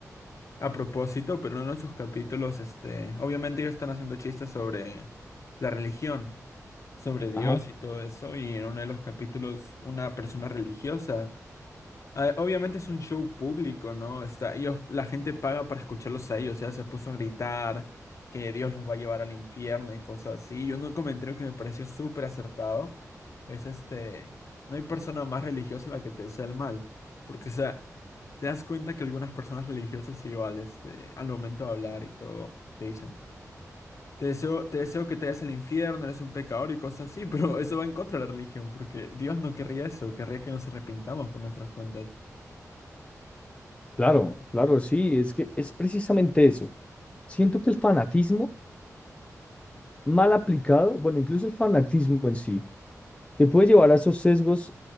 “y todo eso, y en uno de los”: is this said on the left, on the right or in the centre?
Left